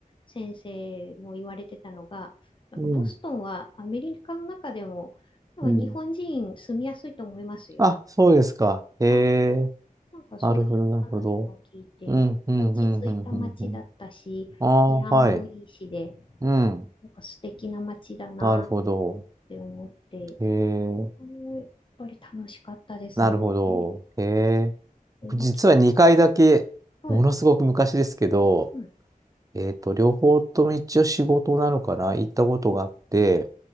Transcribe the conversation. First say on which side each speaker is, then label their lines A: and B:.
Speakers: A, on the left; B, on the right.
A: 先生も言われてたのが、なんか、
B: うん
A: ボストンはアメリカの中でも、なんか日本人住みやすいと思いますよ。
B: うん。あ、そうですか。えー、
A: はい、なんか、そういう話も聞いて、
B: なるほど、なるほど。うんうんうんうんうんうん。
A: 落ち着いた街だったし、
B: ああ、
A: 治安もいいしで、
B: はい。うん。
A: なんか素敵な街だなっ
B: なるほど。
A: て思って、
B: えー、
A: これ、やっぱり楽しかったですね。
B: なるほど。えー、
A: えー、
B: 僕実は2回だけ、
A: わき、はい、
B: ものすごく昔ですけど、
A: はい、
B: えっと、両方とも一応仕事なのかな行ったことがあって、
A: うん。